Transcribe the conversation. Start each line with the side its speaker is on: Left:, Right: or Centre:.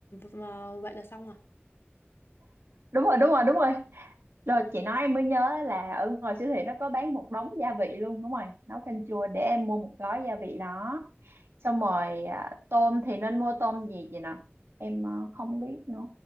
Left: mà- vậy là xong à
Right: Đúng rồi, đúng rồi, đúng rồi. Rồi chị nói em mới nhớ là ở ngoài siêu thị nó có bán một đống gia vị luôn, đúng rồi. Nấu canh chua để em mua một gói gia vị đó. xong rồi à, tôm thì nên mua tôm gì vậy nè em ờ, không biết nữa